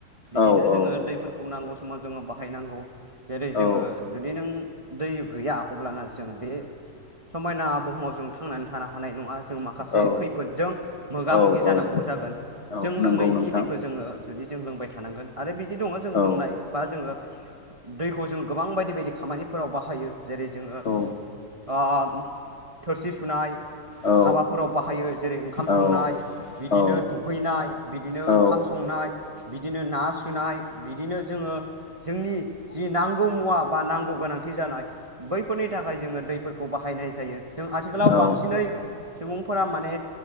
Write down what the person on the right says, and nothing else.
बिदिनो
जोङो
दैफोरखौ नांगौ समाव जोङो बाहायनांगौ जेरै जोङो
जुदि नों दै गैया अब्लाना जों बे समायना बुहुमाव जों थांनानै थानो हानाय नङा जों माखासे
खैफोदजों मोगा
मोगि जानांगौ
जागोन
जों लोंनायनि
जोङो जुदि जों लोंबाय थानांगोन आरो बिदि दङ जों
लोंनाय बा जोङो दैखौ जों गोबां बायदि बायदि खामानिफोराव बाहायो जेरै जोङो
ओ थोरसि सुनाय
हाबाफोराव बाहायो जेरै ओंखाम
संनाय बिदिनो
दुगैनाय बिदिनो
ओंखाम संनाय बिदिनो ना सुनाय बिदिनो जोङो जोंनि जि नांगौ मुवा बा नांगौ गोनां थि जानाय बैफोरनि थाखाय जोङो दैफोरखौ बाहायनाय जायो जों आथिखालाव
बांसिनै ज फोर माने